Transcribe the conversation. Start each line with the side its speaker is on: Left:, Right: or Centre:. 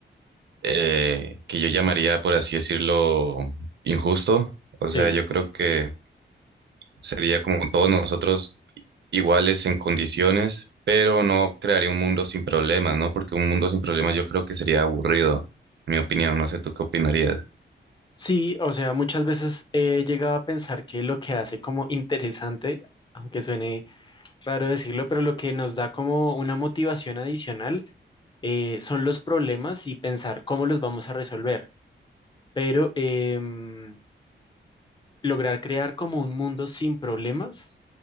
Right: eh, que yo llamaría, por así decirlo, injusto. O sea,
Left: Sí.
Right: yo creo que sería como todos nosotros. iguales en condiciones, pero no crearía un mundo sin problemas, ¿no? Porque un mundo sin problemas yo creo que sería aburrido, en mi opinión, no sé tú qué opinarías.
Left: Sí, o sea, muchas veces he llegado a pensar que lo que hace como interesante, aunque suene raro decirlo, pero lo que nos da como una motivación adicional eh, son los problemas y pensar cómo los vamos a resolver. Pero em, lograr crear como un mundo sin problemas